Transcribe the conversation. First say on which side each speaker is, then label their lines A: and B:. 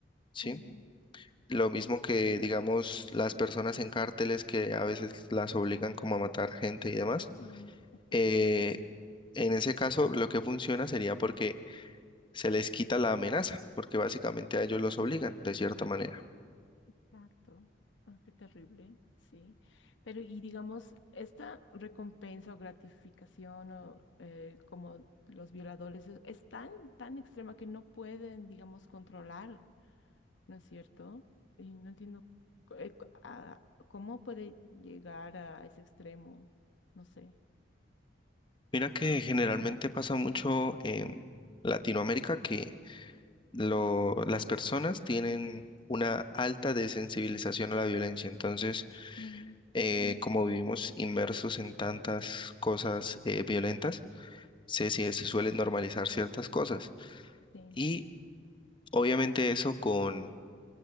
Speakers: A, on the left; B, on the left.
A: ¿sí?
B: mm,
A: Lo mismo
B: sí,
A: que,
B: mm,
A: digamos, las personas en cárteles que a veces las obligan como a matar gente y demás.
B: mm, Exacto,
A: eh, en ese caso, lo que funciona sería porque se les quita la amenaza, porque básicamente a ellos los obligan de cierta manera.
B: exacto. Ah, qué terrible, sí. Pero y digamos, esta recompensa o gratificación o eh, como los violadores es, es tan, tan extrema que no pueden, digamos, controlar, ¿no es cierto? Y no entiendo cu- eh, cu- a- cómo puede llegar a ese extremo, no sé.
A: Mira que generalmente
B: Mm,
A: pasa mucho en Latinoamérica que lo- las personas tienen una alta desensibilización a la violencia. Entonces,
B: mm,
A: eh,
B: mm,
A: como vivimos inmersos en tantas cosas eh, violentas, se, se se suelen normalizar ciertas cosas.
B: Sí.
A: Y obviamente eso con